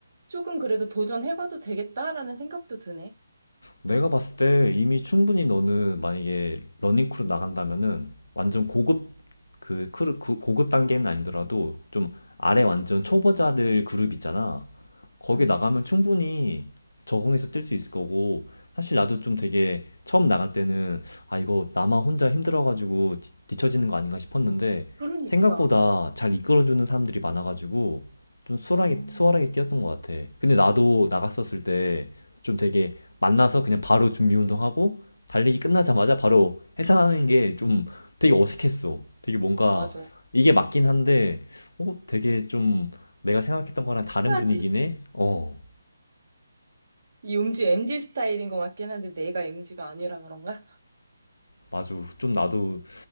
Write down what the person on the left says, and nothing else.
내가 봤을 때 이미 충분히 너는 만약에 러닝 크루 나간다면은 완전 고급
그 크루 그 고급 단계는 아니더라도 좀 아래 완전 초보자들 그룹 있잖아. 거기
나가면 충분히 적응해서 뛸 수 있을 거고 사실 나도 좀 되게 처음 나갈 때는
아 이거 나만 혼자 힘들어가지고 지- 뒤처지는 거 아닌가 싶었는데
생각보다 잘 이끌어주는 사람들이 많아가지고 좀 수월하게
수월하게 뛰었던 것 같아. 근데 나도 나갔었을 때 좀 되게 만나서 그냥 바로 준비 운동하고 달리기 끝나자마자 바로 해산하는 게 좀 되게 어색했어. 되게 뭔가
이게 맞긴 한데, 어, 되게 좀 내가 생각했던 거랑 다른
분위기네? 어,
맞아. 좀 나도